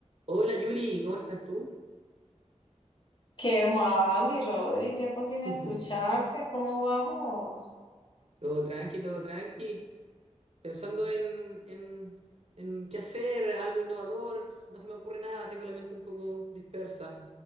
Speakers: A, on the right; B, on the left.
A: Hola Yuli, ¿cómo estás tú?
B: ¿Qué más, mi Rodri? Tiempo sin
A: <laughs>
B: escucharte, ¿cómo vamos?
A: Todo tranqui, todo tranqui. Pensando en, en, en qué hacer, algo innovador. No se me ocurre nada, tengo la mente un poco dispersa.